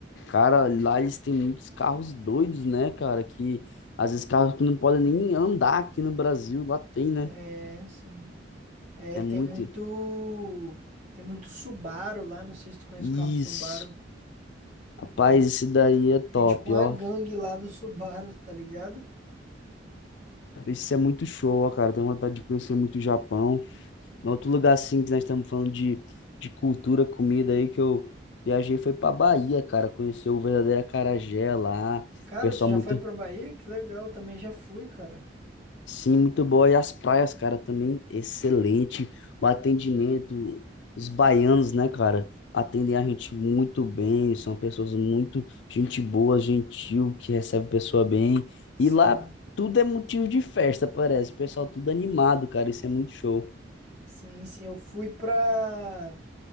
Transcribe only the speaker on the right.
É, sim. É,
tem
muito, tem muito Subaru lá. Não sei se tu conhece
o carro Subaru.
Tem,
tem tipo uma
gangue lá do Subaru, tá ligado?
Cara,
tu já
foi pra Bahia? Que legal, também já fui, cara.
Sim,
sim, sim. Eu fui pra.